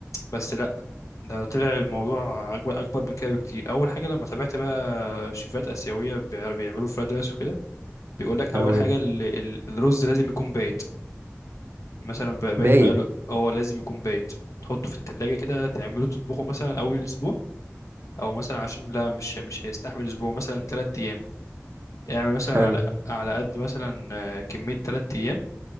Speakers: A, on the left (about 80°); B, on the right (about 45°).
A: بس لا ده طلع الموضوع اكبر اكبر من كده بكتير اول حاجه لما تابعت بقى شيفات اسيويه بيع- بيعملوا فرايد رايس وكده بيقول لك اول
B: حلو
A: حاجه
B: جدا
A: ال- ال- الرز لازم يكون بايت مثلا بقى- بايت
B: بايت
A: بقاله اه لازم يكون بايت تحطه في التلاجة كده تعمله تطبخه مثلا أول أسبوع او مثلا عشان لا مش مش هيستحمل اسبوع مثلا ثلاث ايام اعمل مثلا
B: حلو
A: على على قد مثلا آه، كميه ثلاث ايام